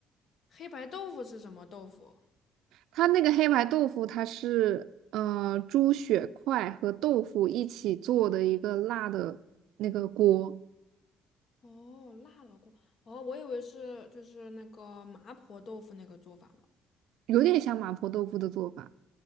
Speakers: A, on the left (about 45°); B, on the right (about 80°).
A: 黑白豆腐是什么豆腐？
B: 它那个黑白豆腐，它是呃猪血块和豆腐一起做的一个辣的那个锅。
A: 哦，辣的锅。哦，我以为是就是那个麻婆豆腐那个做法呢。
B: 有点像麻婆豆腐的做法。